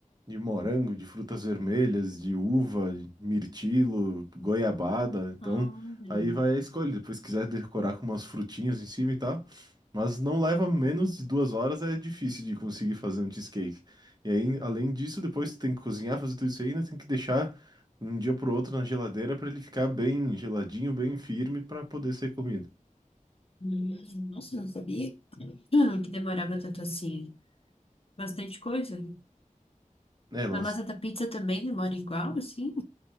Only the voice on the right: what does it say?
de morango, de frutas vermelhas, de uva, mirtilo, goiabada. Então,
aí vai a escolha. Depois, se quiser decorar com umas frutinhas em cima e tal. Mas não leva menos de duas horas, é difícil de conseguir fazer um cheesecake. E aí, além disso, depois tu tem que cozinhar, fazer tudo isso aí, ainda tem que deixar um dia pro outro na geladeira para ele ficar bem geladinho, bem firme para poder ser comido.
É, mas